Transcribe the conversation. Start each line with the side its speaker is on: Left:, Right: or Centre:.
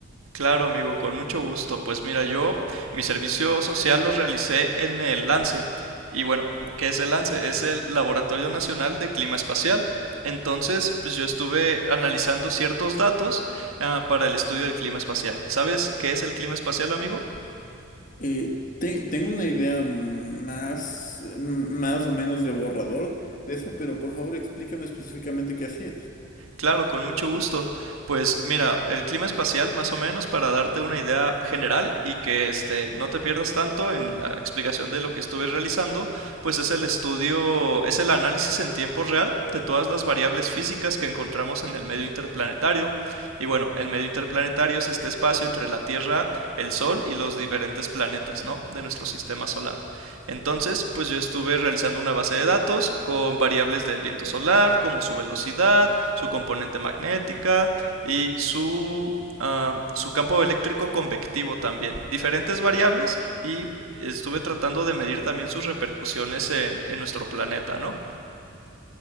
Right: Claro, amigo, con mucho gusto. Pues mira, yo mi servicio social lo realicé en el LANCE. Y bueno, ¿qué es el LANCE? Es el Laboratorio Nacional de Clima Espacial. Entonces, pues yo estuve analizando ciertos datos ah, para el estudio del clima espacial. ¿Sabes qué es el clima espacial, amigo?
Left: Eh, te- tengo una idea más, más o menos de borrador de eso, pero por favor explícame específicamente qué hacías.
Right: Claro, con mucho gusto. Pues mira, el clima espacial, más o menos, para darte una idea general y que este, no te pierdas tanto en la explicación de lo que estuve realizando, pues es el estudio, es el análisis en tiempo real de todas las variables físicas que encontramos en el medio interplanetario. Y bueno, el medio interplanetario es este espacio entre la Tierra, el Sol y los diferentes planetas, ¿no? De nuestro sistema solar. Entonces, pues yo estuve realizando una base de datos con variables del viento solar, como su velocidad, su componente magnética y su, ah, su campo eléctrico convectivo también. Diferentes variables y estuve tratando de medir también sus repercusiones en, en nuestro planeta, ¿no?